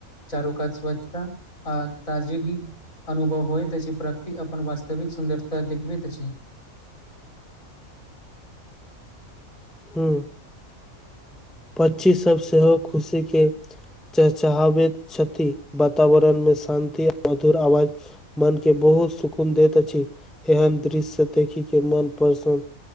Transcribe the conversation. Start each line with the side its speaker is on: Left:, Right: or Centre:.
Left: चारू कात स्वच्छता आ ताजी कि अनुभव होइत अछि प्रकृति अपन वास्तविक सुन्दरता देखबैत अछि।
Centre: हू पक्षी सभ सेहो खुशी के चचाहावे क्षति वातावरण मे शान्ति मधुर आवाज मन के बहुत सुकून दैत अछि एहन दृश्य देखिक के मन प्रसन।